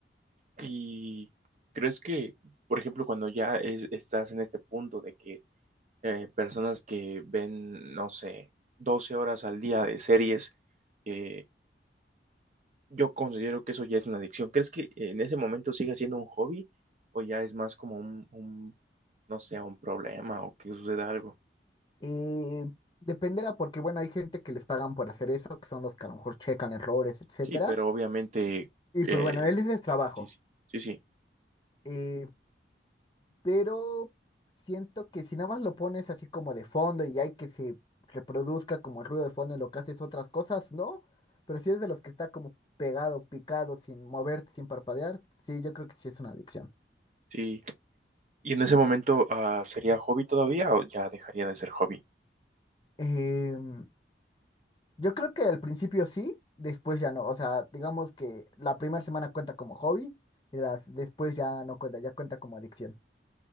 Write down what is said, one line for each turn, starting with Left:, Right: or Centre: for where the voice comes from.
Right: ¿Y crees que, por ejemplo, cuando ya es- estás en este punto de que eh, personas que ven, no sé, 12 horas al día de series, eh, yo considero que eso ya es una adicción. ¿Crees que en ese momento siga siendo un hobby o ya es más como un, un, no sé, un problema o que suceda algo?
Left: Eh, dependerá porque, bueno, hay gente que les pagan por hacer eso, que son los que a lo mejor checan errores, etcétera.
Right: Sí, pero obviamente,
Left: Y
Right: eh,
Left: pues bueno, él ese es trabajo.
Right: sí, sí, sí, sí,
Left: Eh, pero siento que si nada más lo pones así como de fondo y hay que se reproduzca como ruido de fondo en lo que haces otras cosas, ¿no? Pero si eres de los que está como pegado, picado, sin moverte, sin parpadear, sí, yo creo que sí es una adicción.
Right: sí. Y en ese momento, ah, ¿sería hobby todavía o ya dejaría de ser hobby?
Left: Em, yo creo que al principio sí, después ya no. O sea, digamos que la primera semana cuenta como hobby y las, después ya no cuenta, ya cuenta como adicción.